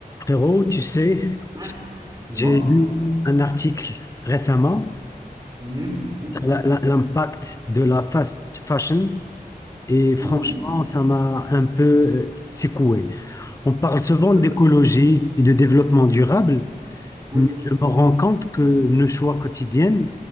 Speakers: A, on the left; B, on the right.
A: Frérot, tu sais,
B: Ouais, dis-moi.
A: j'ai lu un article récemment
B: Mhm, mhm.
A: sur la- la- l'impact de la fast fashion et franchement,
B: Ouh,
A: ça m'a un peu euh, secoué. On parle souvent
B: oui,
A: d'écologie et de développement durable,
B: oui,
A: mais je me rends compte que nos choix quotidiens,